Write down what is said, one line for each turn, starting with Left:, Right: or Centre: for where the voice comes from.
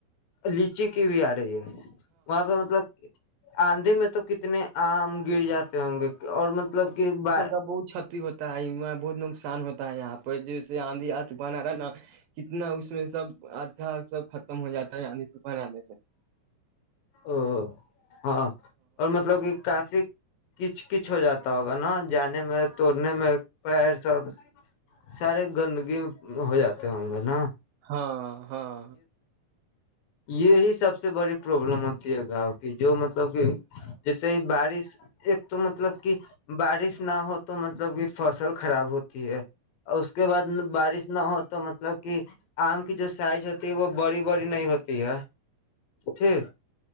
Left: لیچی کی بھی آ رہی ہے وہاں پہ مطلب آندھی میں تو کتنے آم گر جاتے ہوں گے اور مطلب کہ با
Right: بہت چاتتی ہوتی بہت نقصان ہوتا ہے یہاں پہ جیسے آندھی طوفان آ رہا نا کتنا اس میں سب آدھا سب ختم ہو جاتا ہے آندھی طوفان آنے سے
Left: ا ہاں اور مطلب کہ کافی کچ کچ ہو جاتا ہوگا نا جانے میں توڑنے میں پیر سب سارے گندگی ہو جاتے ہوں گے نا
Right: ہاں ہاں
Left: یہ ہی سب سے بڑی پروابلم ہوتی ہے گاؤں کی جو مطلب کہ جیسے ہی بارش ایک تو مطلب کہ بارش نہ ہو تو مطلب کہ فصل خراب ہوتی ہے اور اس کے بعد بارش نہ ہو تو مطلب کہ آم کی جو سائز ہوتی ہے وہ بڑی بڑی نہیں ہوتی ہے ٹھیک